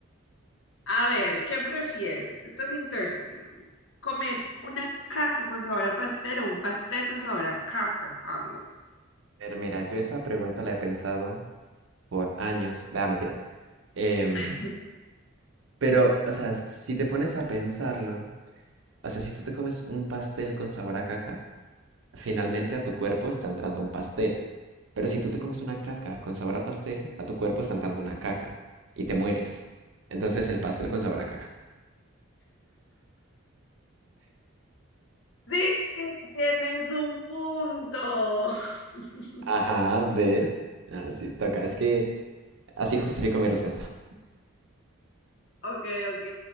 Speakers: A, on the left; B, on the right.
A: A ver, ¿qué prefieres? Esta es interesting. ¿Comer una caca con sabor a pastel o un pastel con sabor a caca, Carlos?
B: Pero mira, yo esa pregunta la he pensado por años, vea, mentiras. Em,
A: <laughs>
B: pero, o sea, si te pones a pensarlo, o sea, si tú te comes un pastel con sabor a caca, finalmente a tu cuerpo está entrando un pastel. Pero si tú te comes una caca con sabor a pastel, a tu cuerpo está entrando una caca y te mueres. Entonces el pastel con sabor a caca.
A: Sí, tienes un punto. <laughs>
B: Ajá, ¿ves? Ah, sí, toca. Es que así justifico mi respuesta.
A: Ok, ok.